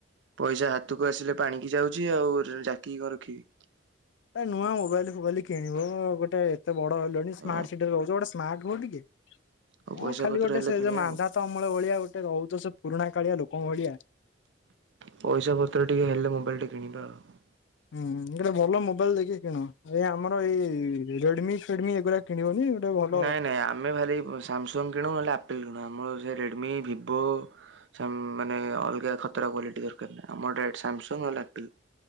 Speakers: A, on the right; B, on the left.
A: ପଇସା ହାତକୁ ଆସିଲେ ପାଣିକି ଯାଉଛି ଆଉ ଜାକିକୀ କଣ ରଖିବି।
B: ଏ ନୂଆ ମୋବାଇଲ ଫୋବାଇଲ କିଣିବ ଗୋଟାୟେ। ତ ବଡ ହେଲଣି ସ୍ମାର୍ଟ
A: ଓ
B: ସିଟିରେ ରହୁଚ ଗୋ ସ୍ମାର୍ଟ ହୁଅ ଟିକେ। କ'ଣ
A: ଆଉ ପଇସା
B: ଖାଲି
A: ପତ୍ର
B: ଗୋଟେ
A: ହେଲେ
B: ସେ
A: କିଣିବା
B: ଯେ ମାଧାତ
A: ଆଉ
B: ଅମଳ ଭଳିଆ ଗୋଟେ ରହୁଛ ସେ ପୁରୁଣା କାଳିଆ ଲୋକଙ୍କ ଭଳିଆ।
A: ପଇସା ପତ୍ର ଟିକେ ହେଲେ ମୋବାଇଲ ଟେ କିଣିବା ଆଉ।
B: ହୁଁ ଗୋଟେ ଭଲ ମୋବାଇଲ ଦେଇକି କିଣ ଏ ଆମର ଏ ରେଡମି ଫେଡିମି ଏଗୁଡା କିଣିବନି। ଗୋଟେ ଭଲ
A: ନାଇଁ ନାଇଁ ଆମେ ଭାରି ସାମସଙ୍ଗ କିଣୁ ନହେଲେ ଆପଲ କିଣୁ ଆମ ସେ ରେଡମି ଭିବୋ ସେ ମାନେ ଅଲଗା ଖତରା କ୍ୱାଲିଟି ଦରକାର ନାହିଁ ଆମର ଡାଇରେକ୍ଟ ସାମସଙ୍ଗ ନହେଲେ ଆପଲ।